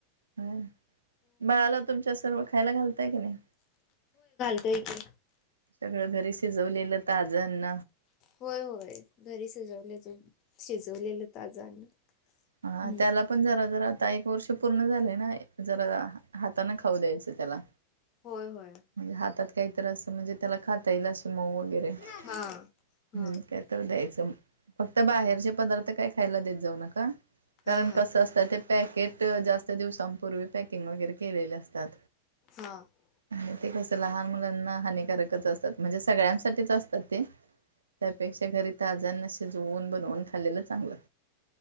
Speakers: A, on the right; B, on the left.
A: हम्म बाळाला तुमच्या सर्व खायला घालताय की नाही?
B: तंय कि
A: सगळं घरी शिजवलेलं ताज अन्न
B: होय होय घरी शिजवलेच शिजवलेलं ताज अन्न
A: हा
B: हम्म.
A: त्याला पण जरा जरा आता एक वर्ष पूर्ण झालंय ना जरा हाताने खाऊ द्यायचं त्याला,
B: होय होय
A: म्हणजे हातात काहीतरी अस म्हणजे त्याला खाता येईल अस मऊ वगैरे हम्म
B: हा हा
A: काय तर द्यायचं. फक्त बाहेरचे
B: हा
A: पदार्थ काय खायला देत जाऊ नका कारण
B: हा हा
A: कसं असतं ते पॅकेट जास्त दिवसांपूर्वी पॅक किंग वगैरे केलेले असतात.
B: हा
A: हं ते कस लहान मुलांना हानी कारकचं असतात, म्हणजे सगळ्यांसाठीचं असतात ते त्यापेक्षा घरी ताज अन्न शि शिजवून, बनवून खाल्लेलं चांगलं.